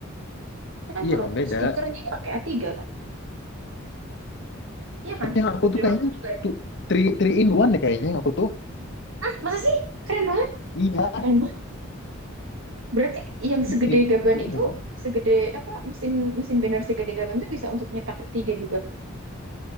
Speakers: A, on the right; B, on the left.
A: Ya kan
B: Iya,
A: kalau
B: emang beda.
A: stikernya pakai a tiga kan. Iya kan?
B: Tapi yang aku
A: Betul,
B: tuh kayaknya
A: aku juga. ya.
B: tuh three, three in one deh kayaknya yang aku tuh.
A: Masa sih? Keren banget.
B: Iya,
A: Keren Berarti yang segede
B: iya three,
A: gaban
B: three
A: itu,
B: in one.
A: segede apa mesin mesin banner segede gaban itu bisa untuk nyetak tiga juga.